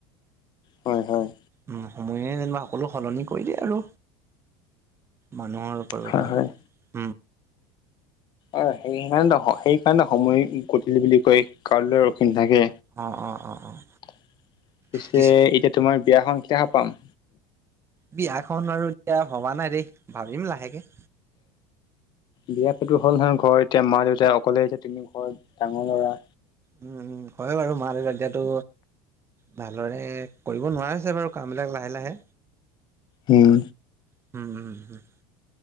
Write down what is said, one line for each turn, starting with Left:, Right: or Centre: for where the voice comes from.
Left: হয়, হয়।
Right: উম সময়ে যেনিবা সকলো সলনি কৰি দিয়ে আৰু মানুহৰ কৰি
Left: হয়
Right: লৈয়
Left: হয়
Right: নোৱাৰে।
Left: অ সেইকাৰণে ন স সেইকাৰণে ন সময় গতিশীল বুলি কয়, কাৰোলৈ ৰখি নাথাকে।
Right: অ', অ', অ', অ',
Left: পিছে
Right: কি
Left: এতিয়া তোমাৰ বিয়াখন কেতিয়া খাব পাম?
Right: বিয়াখন আৰু এতিয়া ভবা নাই দেই! ভাবিম লাহেকে।
Left: বিয়া পাতিব হ'ল নহয় ঘৰত এতিয়া মা, দেউতা অকলে এতিয়া তুমি ঘৰৰ ডাঙৰ ল'ৰা।
Right: উম, উম হয় বাৰু মা, দেউতা এতিয়াতো ভালদৰে কৰিব নোৱাৰিছে বাৰু কামবিলাক লাহে লাহে।
Left: উম।
Right: <unintelligible>